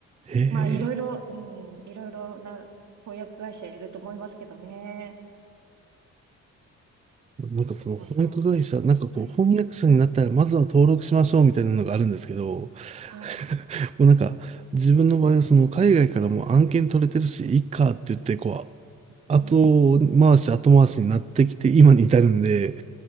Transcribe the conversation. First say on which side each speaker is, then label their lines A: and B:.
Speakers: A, on the right; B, on the right.
A: ええ
B: まあ、いろいろ、うん、いろいろな翻訳会社いると思いますけどね。
A: なんかその翻訳会社、
B: そうそ
A: なんかこう翻訳者になったらまずは登録しましょうみたいなのがあるんですけど、
B: う。はい。はい。
A: <laughs> もうなんか自分の場合はその海外からも案件取れてるし、いいかって言ってこう、後回し後回しになってきて今に至るんで、
B: うん。